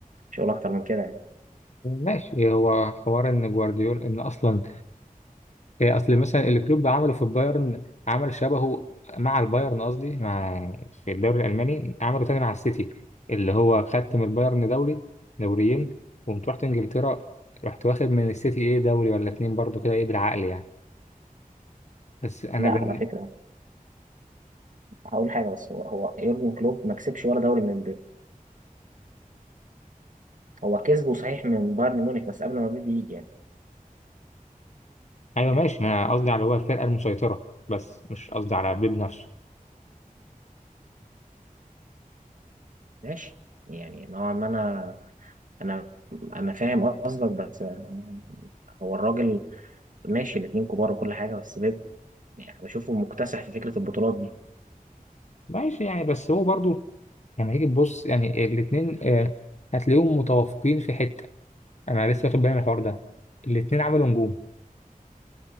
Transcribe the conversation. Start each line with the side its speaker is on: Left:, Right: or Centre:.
Right: مش هقول اكتر من كده يعني
Left: ماشي هو حوار ان جوارديولا ان اصلا إيه اصل مثلا اللي كلوب عمله في البايرن عمل شبهه مع البايرن قصدي مع في الدوري الالماني عمله تاني مع السيتي اللي هو خدت من البايرن دوري دوريين وقمت رحت انجلترا رحت واخد من السيتي ايه دوري ولا اتنين برضو كده ايه بالعقل يعني بس انا
Right: لا
Left: بن-
Right: على فكره هقول حاجه بس هو هو يورجن كلوب ما كسبش ولا دوري من بيب هو كسبه صحيح من بايرن ميونخ بس قبل ما بيب يجي يعني
Left: ايوه
Right: آه،
Left: ماشي ما أنا قصدي على هو الفرقه المسيطره بس مش قصدي على بيب نفسه
Right: ماشي يعني نوعا ما انا انا انا فاهم قصدك بس آه، هو الراجل ماشي الاتنين كبار وكل حاجه بس بيب يعني بشوفه مكتسح في فكره البطولات دي
Left: ماشي يعني بس هو برضو لما هيجي تبص يعني الاثنين هتلاقيهم متوافقين في حته انا لسه واخد بالي من الحوار ده الاثنين عملوا نجوم